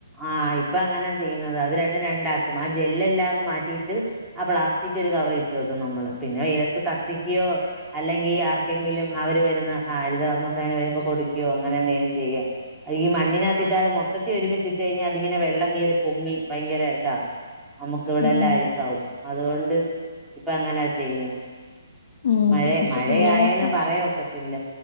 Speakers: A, in the centre; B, on the left.
A: ആഹ് ഇപ്പൊ അങ്ങനാ ചെയ്യുന്നത് അതി രണ്ടാക്കും ആ ജെല്ലെല്ലാംങ് മാറ്റിയിട്ട് ആ പ്ലാസ്റ്റിക് ഒരു കവർ ഇട്ട് വെക്കും നമ്മള് പിന്നെ വെതത്ത് കത്തിക്കുകയോ അല്ലെങ്കിൽ ആർക്കെങ്കിലും അവര് വരുന്ന ആ ഹരിതകർമ്മ സേന വരുമ്പോ കൊടുക്കുകയോ അങ്ങനെ എന്തെങ്കിലും ചെയ്യാം ഈ മണ്ണിനകത്തിട്ട് അത് മൊത്തത്തി ഒരുമിച്ച് കഴിഞ്ഞാൽ അതിങ്ങനെ വെള്ളം കെ റി പൊങ്ങി ഭയങ്കര ഇതാ നമ്മുക്ക് ഇവിടെല്ലാം
B: ഉം.
A: അഴുക്കാവും അതുകൊണ്ട് ഇപ്പ അങ്ങനാ ചെയ്യുന്ന
B: ഉം.
A: മഴയ
B: പക്ഷെ
A: മഴയയലാം
B: കുഞ്ഞുങ്ങൾക്ക്
A: പറയാക്കത്തില്ല